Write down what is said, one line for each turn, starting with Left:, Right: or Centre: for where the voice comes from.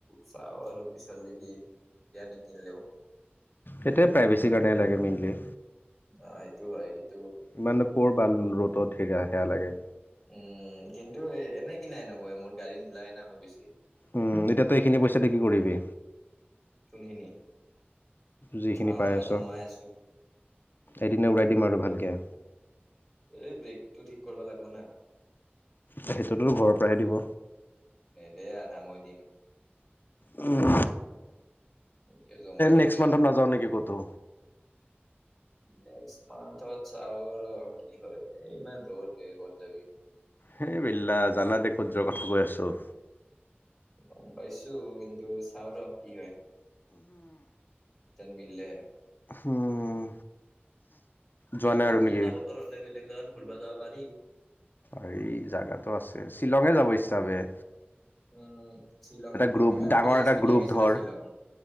Centre: চাও আৰু পিছত দেকি এতিয়া নিকিনিলেও।
Left: তেতিয়া প্ৰাইভেচিৰ কাৰণে লাগে মেইনলি।
Centre: অ' এইটো হয় কিন্ত্ত।
Left: ইমান কৰবাল ৰ'দত সেগা সেয়া লাগে।
Centre: উম কিন্তু এনেই কিনা হেন হব মোৰ গাড়ীত নোলাই না মই বেছি।
Left: উম এতিয়া তই এইখিনি পইচাটো কি কৰিবি?
Centre: <unintelligible>
Left: যিখিনি
Centre: চাও
Left: পাই
Centre: মই
Left: আছ,
Centre: জমাই আছো
Left: এদিনে উলাই দিম আৰু ভালকে।
Centre: এই ব্ৰেকটো ঠিক কৰিব লাগিব না।
Left: সেইটোততো ঘৰৰ পৰাহে দিব।
Centre: নেদে আদা মই দিম।
Left: উম।
Centre: এতিয়া জমাই কিনে
Left: নেক্সট মান্থত
Centre: আৰু
Left: নাযাও নেকি ক'তো?
Centre: নেক্সট মান্থত চাও ৰ কিবা কৰো, এই ইমান ৰ'দ দে কত যাবি।
Left: হেই <unintelligible> জান দে কূৰ্যৰ কথা কৈ আছোঁ।
Centre: গম পাইছো কিন্তু চাও ৰ কি হয়। মিল হে।
Left: উম। যোৱা
Centre: নাওমান
Left: নাই আৰু
Centre: ঠাণ্ডা
Left: নেকি?
Centre: বতৰ হলে বেলেগ জেগাত ঘূৰিব যাব পাৰি।
Left: হেৰি জাগাটো আছে শ্বিলঙে যাব ইচ্ছাবে।
Centre: উম, শ্বিলং
Left: গ্ৰুপ,
Centre: আমি
Left: ডাঙৰ
Centre: আমি লাষ্ট
Left: এটা
Centre: কেতিয়া
Left: গ্ৰুপ
Centre: গেছিলো
Left: ধৰ,
Centre: শ্বিলং?